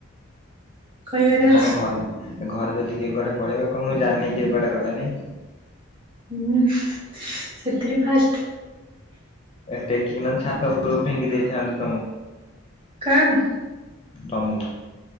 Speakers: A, on the right (about 25°); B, on the left (about 25°).
A: କହିବାର
B: ହଁ
A: ଅଛି
B: ତାହେଲେ ଘରେ ଘରେ ଯଦି କିଏ କୁଆଡେ ପଳେଇବ, କହିବ ମୁଁ ଜାଣିନି କିଏ କୁଆଡେ ଗଲାଣି?
A: ହୁଁ ସେଥିରେ ଫାଷ୍ଟ
B: ଏ ଟେକିକି ନହେଲେ ଛାତ ଓପରକୁ ଫିଙ୍ଗି ଦେଇଥାଆନ୍ତୁ ତମକୁ।
A: କାହାକୁ?
B: ତମକୁ।